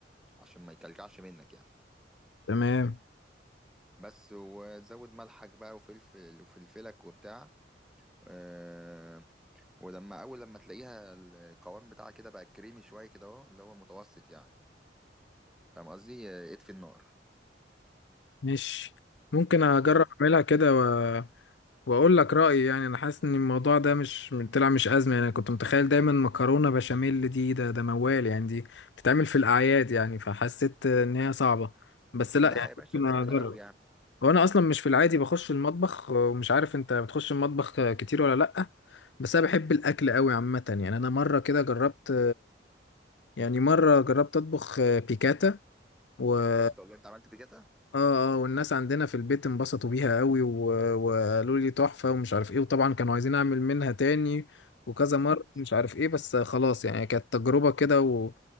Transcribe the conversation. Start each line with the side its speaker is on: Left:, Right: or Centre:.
Centre: عشان ما يكلكعش منك يعني
Left: تمام
Centre: بس وتزود ملحك بقى وفلفل وفلفلك وبتاع آه، ولما اول لما تلاقيها القوام بتاعها كده بقى كريمي شويه كده اهو اللي هو متوسط يعني فاهم قصدي آه، اطفي النار
Left: ماشي ممكن اجرب
Centre: و-
Left: اعملها كده و... واقول لك رايي يعني انا حاسس ان الموضوع ده مش طلع مش ازمه يعني انا كنت متخيل دايما مكرونه بشاميل دي ده ده موال يعني دي بتتعمل في الاعياد يعني فحسيت ان هي صعبه بس
Centre: لا
Left: لا يعني
Centre: يا باشا
Left: ممكن
Centre: سهله
Left: اجرب
Centre: قوي يعني
Left: هو انا اصلا مش في العادي بخش المطبخ ومش عارف انت بتخش المطبخ كتير ولا لا بس انا بحب الاكل قوي عامه يعني انا مره كده جربت يعني مره جربت اطبخ بيكاتا و اه
Centre: بجد والله انت عملت بكده
Left: اه والناس عندنا في البيت انبسطوا بيها قوي و... وقالوا لي تحفه ومش عارف ايه وطبعا كانوا عايزين اعمل منها تاني وكذا
Centre: اه
Left: مره مش عارف ايه بس خلاص يعني كانت تجربه كده و...